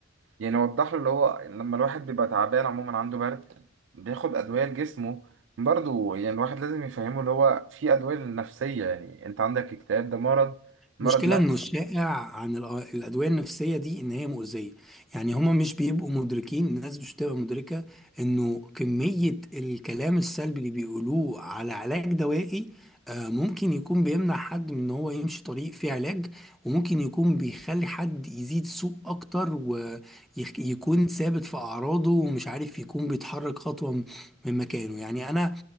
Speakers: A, on the right; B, in the centre.
A: يعني وضح له اللي هو لما الواحد بيبقى تعبان عموما عنده برد بياخد ادوية لجسمه برضو يعني الواحد لازم يفهمه اللي هو في ادوية للنفسية يعني انت عندك اكتئاب ده مرض مرض
B: المشكلة
A: نفسي
B: انه الشائع عن الأ- الأدوية النفسية دي ان هي مؤذية يعني هما مش بيبقوا مدركين الناس مش بتبقى مدركة انه كمية الكلام السلبي اللي بيقولوه على علاج دوائي آه، ممكن يكون بيمنع حد من ان هو يمشي طريق فيه علاج وممكن يكون بيخلي حد يزيد سوء اكتر ويكون ثابت في اعراضه ومش عارف يكون بيتحرك خطوة من مكانه يعني انا